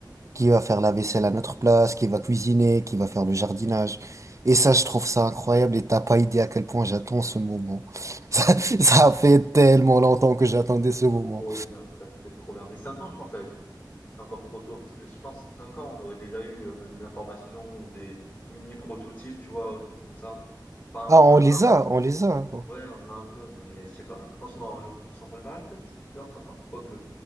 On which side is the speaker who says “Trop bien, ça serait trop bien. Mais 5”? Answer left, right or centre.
Left